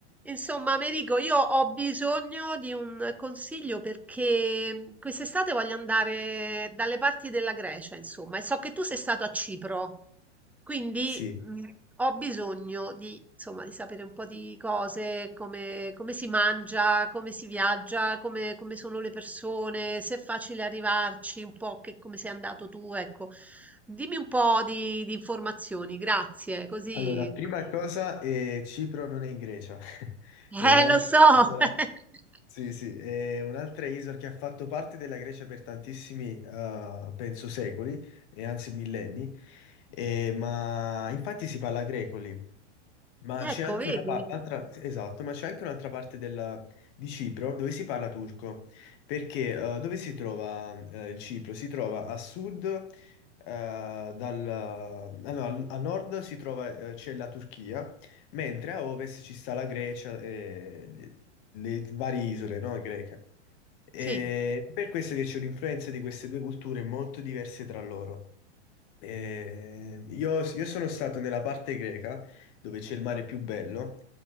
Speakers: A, in the centre; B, on the left.
A: Insomma, Americo, io ho bisogno di un consiglio perché mm, quest'estate voglio andare dalle parti della Grecia, insomma, e so che tu sei stato a Cipro, quindi
B: Sì,
A: mm, ho bisogno di, insomma, di sapere un po' di cose, come, come si mangia, come si viaggia, come, come sono le persone, se è facile arrivarci, un po' che, come sei andato tu, ecco. Dimmi un po' di, di informazioni, grazie, così...
B: allora, prima
A: <laughs>
B: cosa, eh, Cipro non è in Grecia, <laughs>
A: Eh,
B: è un'altra
A: lo so!
B: isola.
A: <laughs>
B: Sì, sì, è un'altra isola che ha fatto parte della Grecia per tantissimi, eh, penso, secoli, e anzi millenni, eh, ma infatti si parla greco lì, Ma
A: Ecco,
B: c'è anche
A: vedi?
B: una pa- un'altra, esatto, ma c'è anche un'altra parte della- di Cipro dove si parla turco, perché eh, dove si trova eh, il Cipro? Si trova a sud, eh, dal, ah, no, al, a nord si trova, eh, c'è la Turchia, mentre a ovest ci sta la Grecia e le, le varie isole, no, greche. E
A: Sì,
B: per questo che c'è un'influenza di queste due culture molto diverse tra loro. Eh, io, io sono stato nella parte greca dove c'è il mare più bello.